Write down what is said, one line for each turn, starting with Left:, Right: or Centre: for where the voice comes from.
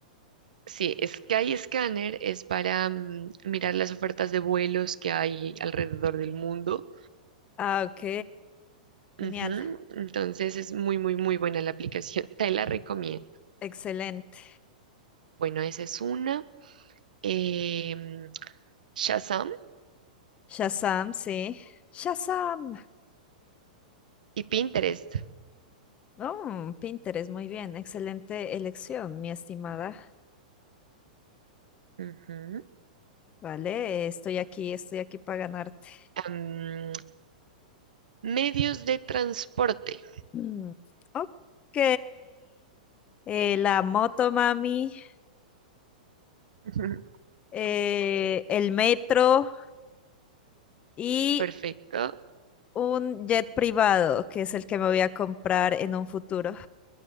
Right: sí, Sky Scanner es para mm, mirar las ofertas de vuelos que hay alrededor del mundo.
Left: Ah, ok.
Right: Ujú,
Left: Genial.
Right: Entonces es muy, muy, muy buena la aplicación. <laughs> Te la recomiendo.
Left: Excelente.
Right: Bueno, esa es una. Em, Shazam
Left: Shazam, sí. Shazam.
Right: y Pinterest.
Left: Oh, Pinterest, muy bien. Excelente elección, mi estimada.
Right: Ujú.
Left: Vale, estoy aquí, estoy aquí para ganarte.
Right: Am, medios de transporte.
Left: Mm, Ok. Eh, la moto, mami.
Right: Ujú,
Left: eh, el metro y
Right: Perfecto.
Left: un jet privado, que es el que me voy a comprar en un futuro.